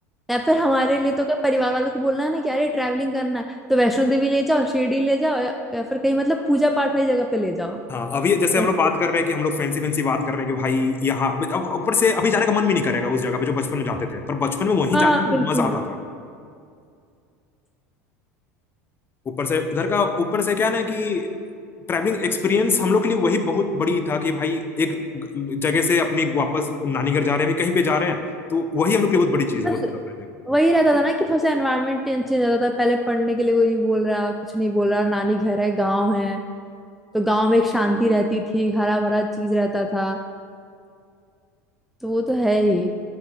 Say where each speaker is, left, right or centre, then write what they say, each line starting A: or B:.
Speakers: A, in the centre; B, on the left.
A: या फिर हमारे लिए तो क्या परिवार वालों को बोलना है ना कि अरे ट्रैवलिंग करना है तो वैष्णो देवी ले जाओ शिरडी ले जाओ या, या फिर कहीं मतलब पूजा पाठ वाली जगह पे ले जाओ
B: हाँ अभी जैसे हम
A: बस
B: लोग बात कर रहे हैं कि हम लोग फैंसी फैंसी बात कर रहे हैं कि भाई यहाँ अब अब ऊपर से अभी जाने का मन भी नहीं करेगा उस जगह पे जो बचपन में जाते थे पर बचपन में वहीं
A: हाँ
B: जाने
A: बिल्कुल
B: में मजा आता था ऊपर से उधर का ऊपर से क्या ना कि ट्रैवलिंग एक्सपीरियंस हम लोग के लिए वही बहुत बड़ी था कि भाई एक ग- जगह से अपने वापस नानी घर जा रहे हैं अभी कहीं पे जा रहे हैं तो वही हम लोग के लिए बहुत बड़ी चीज होता
A: बस
B: था पहले
A: वही रहता था ना कि थोड़ा सा एनवायरनमेंट चेंज रहता था पहले पढ़ने के लिए कोई नहीं बोल रहा कुछ नहीं बोल रहा नानी घर है गाँव है तो गाँव में एक शांति रहती थी हरा भरा चीज रहता था तो वो तो है ही